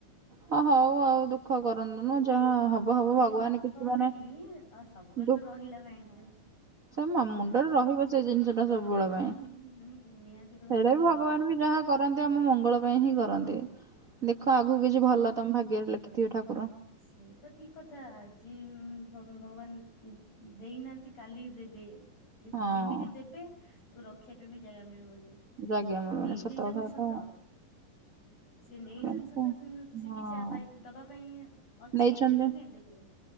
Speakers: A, on the right (about 45°); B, on the left (about 45°).
A: ହ ହଉ ଆଉ ଦୁଃଖ କରନ୍ତୁନୁ ଯାହା ହବ ସବୁ
B: ଏ
A: ଭଗବାନ
B: ଦୁଃଖ
A: କିଛି ମାନେ
B: ନାଇଁ ଆଉ ସବୁବେଳେ
A: ହଁ।
B: ତ ରହିଲା ମାଇଣ୍ଡ
A: ସେ ମ ମୁଣ୍ଡରେ
B: ରେ।
A: ରହିବ ସେ ଜିନିଷ ଟା ସବୁବେଳ ପାଇଁ
B: ହୁଁ ହୁଁ ହୁଁ ନିହାତି ତ ଭାବେ
A: ସେଇଟା ବି
B: ରହିବ
A: ଭଗବାନ
B: ପୁରା।
A: ବି ଯାହା କରନ୍ତି ଆମ ମଙ୍ଗଳ ପାଇଁ ହିଁ କରନ୍ତି ଦେଖ ଆଗକୁ କିଛି ଭଲ ତମ ଭାଗ୍ୟରେ ଲେଖିଥିବେ ଠାକୁର।
B: ସେ ତ ଠିକ କଥା ଆଜି ଭଗବାନ ଦେଇନାହାନ୍ତି କାଲିକି ଦେବେ।
A: ହଁ।
B: ଯେମିତି ଦେବେ ରଖିବା ପାଇଁ ବି ଜାଗା ମିଳିବନି।
A: ଜାଗା ମିଳୁନି
B: ନେଇ
A: ସତ
B: ଯାଇଛନ୍ତି
A: କଥା
B: ସତ
A: ତ
B: ସେ ନେଇଛନ୍ତି
A: କିନ୍ତୁ
B: ସତ ସେ
A: ହଁ
B: କିଛି ଦବା ପାଇଁ ଅଛି
A: ନେଇଛନ୍ତି
B: ଦେବେନି କାହିଁକି? ଦେବେ